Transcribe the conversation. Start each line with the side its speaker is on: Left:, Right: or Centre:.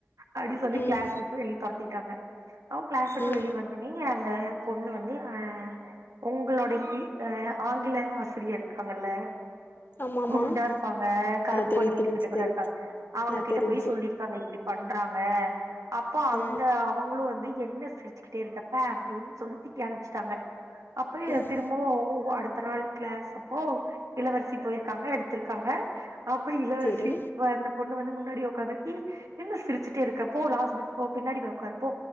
Right: அப்டினு சொல்லி
Left: ம்
Right: கிளாஸ் விட்டு வெளிய தொரத்திட்டாங்க. அவ கிளாஸ் விட்டு
Left: ம்
Right: வெளிய வந்தன்னே அந்த பொண்ணு வந்து ஆ உங்களோட இ ஆ ஆங்கில ஆசிரியர் க்காங்கல்ல
Left: ஆமா ஆமா
Right: குண்டா இருப்பாங்க கருப்பு
Left: ஆ தெரியுது
Right: பொண்ணு வீட்டுகிட்ட
Left: தெரிஞ்சு
Right: கூட
Left: தெரிஞ்சு
Right: இருக்காங்க. அவங்க
Left: ஆ
Right: கிட்ட
Left: தெரிஞ்சு
Right: போய் சொல்லிருக்காங்க இப்டி பண்றாங்க அப்போ அந்த
Left: ஆ
Right: அவங்களு வந்து எ ன்ன சிரிச்சுக்கிட்டே இருக்க பே அப்டின்னு சொல்லி திட்டி அனுப்புச்சுட்டாங்க. அப்ப
Left: ம்
Right: திரும்பவு இப்போ அடுத்த நாள் க்ளாஸ் அப் போ இளவரசி போயிருக்காங்க எடுத்திருக்காங்க. அப்ப இளவரசி
Left: செரி
Right: ஆ அந்த பொண்ணு வந்து முன்னாடி உக்காந்துருக்கி. என்ன சிரிச்சுட்டே இருக்க? போ லாஸ்ட் பெஞ்ச் போ பின்னாடி போ உக்காரு போ